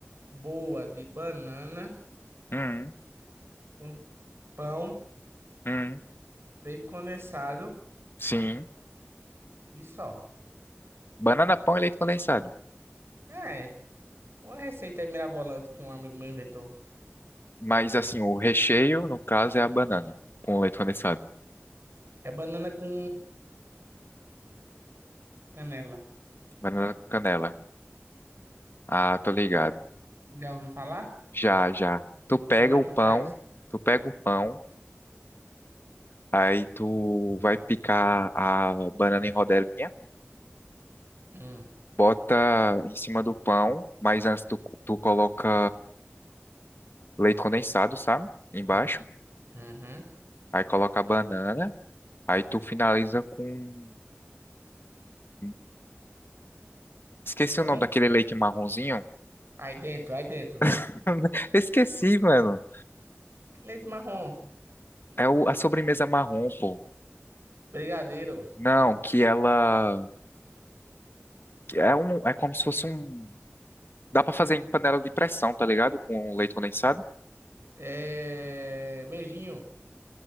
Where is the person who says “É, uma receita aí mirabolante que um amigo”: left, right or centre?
Right